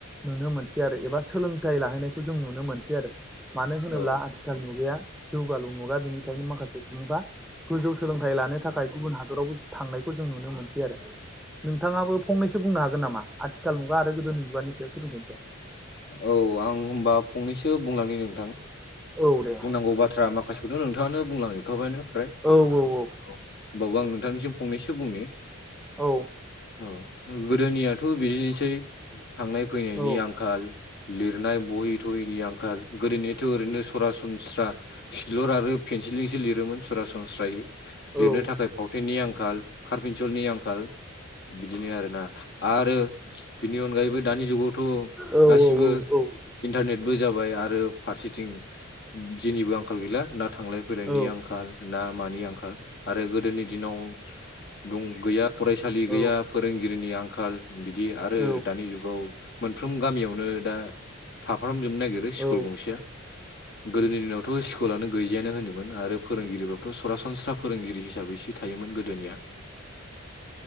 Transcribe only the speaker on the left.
औ
औ आं हबा फंनैसो बुंलांनो नोंथां।
नांगौ बाथ्रा माखासेखौ दं नोंथाङआानो बुंलांजोबखाबाय फ्राय।
औ होनोमबावो आं नोंथांनिसिम फंनैसो बुंनि
औ गोदोनियाथ' बिदिनोसै थांनाय फैनायनि
आंखाल लिरनाय बहि थहिनि आंखाल गोदोनिथ' ओरैनो सरासनस्रा सिलर आरो पेेनसिलिजोंसो लिरोमोन सरासनस्रायै
लिरनो
थाखाय फावथेननि आंखाल कारपिनसलनि आंखाल बिदिनो आरोना आरो बिनि अनगायैबो दानि जुगावथ'
गासिबो
इन्टारनेटबो जाबाय आरो फारसेथिं जेनिबो आंखाल गैला ना थांलाय फैलायनि
आंखाल ना मानि आंखाल आरो गोदोनि दिनाव दं। गैया फरायसालि
गैया फोरोंगिरिनि आंखाल बिदि आरो
दानि जुगाव मोनफ्रोम गामियावनो दा थाफामजोबनो नागिरो स्कुल
गंसेया गोदोनि दिनावथ' स्कुलानो गैजायानो होनोमोन आरो फोरोंगिरिफ्रावथ' सरासनस्रा फोरोंगिरि हिसाबैसो थायोमोन गोदोनिया